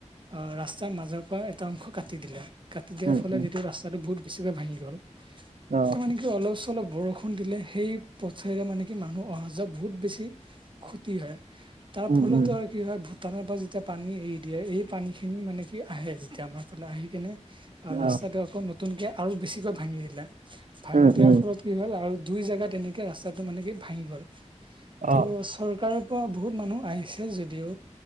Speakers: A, on the right; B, on the right.
A: আহ ৰাস্তাৰ মাজৰ পৰা এটা অংশ কাটি দিলে। কাটি দিয়াৰ
B: উম
A: ফলত
B: উম
A: এইতিটো ৰাস্তাটো বহুত বেছিকে ভাঙি গ'ল,
B: অ',
A: এইটো মানে কি অলচ অলপ বৰষুণ দিলে সেই পথাইৰে মানে কি মানুহ অহা যোৱা বহুত বেছি ক্ষতি হয় তাৰ
B: উম
A: ফলতো
B: উম
A: আৰু কি হয় ভূটানৰ পা যেতিয়া পানী এৰি দিয়ে এই পানী খিনি মানে কি আহে যেতিয়া আমাৰ ফলে আহি কিনে ৰাস্তাটো
B: অ',
A: আকৌ নতুনকে আৰু বেছিকৈ ভাঙি দিলে। ভাঙি
B: উম
A: দিয়াৰ
B: উম
A: ফলত কি হ'ল আৰু দুই জেগাত তেনেকে ৰাস্তাটো মানে কি ভাঙি গ'ল। ত'
B: অ
A: চৰকাৰৰ <unintelligible> বহুত মানুহ আহিছে যদিও